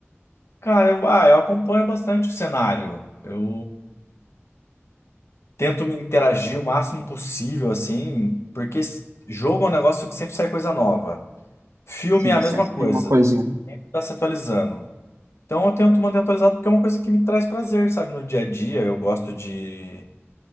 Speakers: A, on the left (about 65°); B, on the right (about 85°).
A: Cara, eu, ah, eu acompanho bastante o cenário. Eu tento me interagir o máximo possível, assim, porque s- jogo é um negócio que sempre sai coisa nova. Filme
B: sim,
A: é a mesma
B: sempre
A: coisa,
B: tem uma coisinha, né?
A: sempre tá se atualizando. Então eu tento manter atualizado porque é uma coisa que me traz prazer, sabe? No dia a dia eu gosto de,